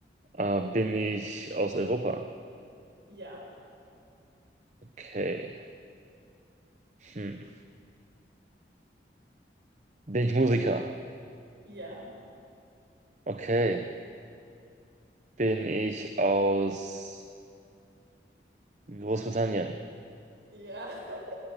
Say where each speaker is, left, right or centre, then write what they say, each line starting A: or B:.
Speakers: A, on the right; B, on the right.
A: Äh, bin ich aus Europa?
B: ja,
A: Okay. Hm. Bin ich Musiker?
B: ja,
A: Okay. Bin ich aus Großbritannien?
B: ja. <laughs>